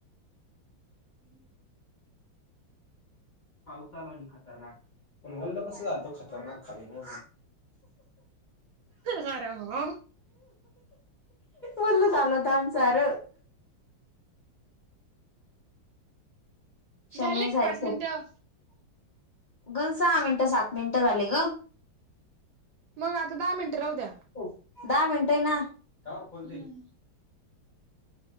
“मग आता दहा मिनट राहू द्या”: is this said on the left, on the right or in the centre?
Right